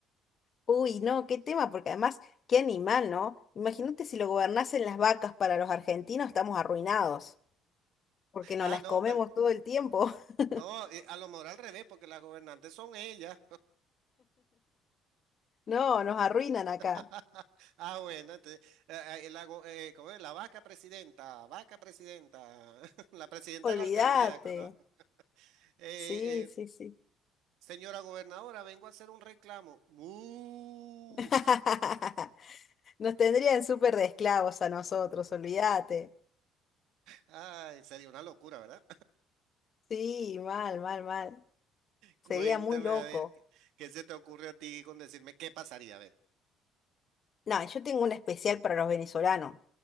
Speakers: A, on the left; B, on the right.
A: Uy, no, qué tema, porque además, qué animal, ¿no? Imagínate si lo gobernasen las vacas para los argentinos, estamos arruinados, porque nos
B: Ah,
A: las
B: no,
A: comemos
B: pero
A: todo el tiempo. <laughs>
B: no, eh, a lo mejor al revés, porque las gobernantes son ellas.
A: No, nos arruinan acá.
B: <laughs> Ah, bueno, entonces, eh, eh, la, go- eh, ¿cómo es? La vaca presidenta, vaca presidenta, <laughs> la presidenta
A: Olvídate.
B: de la alcaldía, ¿no? Eh,
A: Sí, sí,
B: eh,
A: sí.
B: señora gobernadora, vengo a hacer un reclamo. ¡Mu!
A: <laughs> Nos tendrían súper de esclavos a nosotros, olvídate.
B: Ay, sería una locura, ¿verdad?
A: Sí, mal, mal, mal. Sería
B: Cuéntame,
A: muy loco.
B: a ver, ¿qué, qué se te ocurre a ti con decirme qué pasaría? A ver.
A: No, yo tengo un especial para los venezolanos.